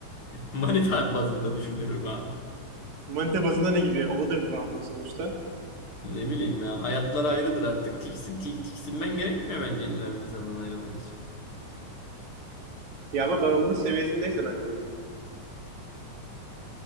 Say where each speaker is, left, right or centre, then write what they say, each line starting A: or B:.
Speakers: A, on the left; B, on the right.
A: Manita bazında düşünüyorum abi.
B: Manita bazında ne gibi? O da bir bağımlılık sonuçta.
A: Ne bileyim ya hayatlar ayrıdır artık. Tiksin, tik, tiksinmen gerekmiyor bence illa bir insandan ayrılmak için.
B: Ya ama bağımlılık seviyesindeyse ben diyorum.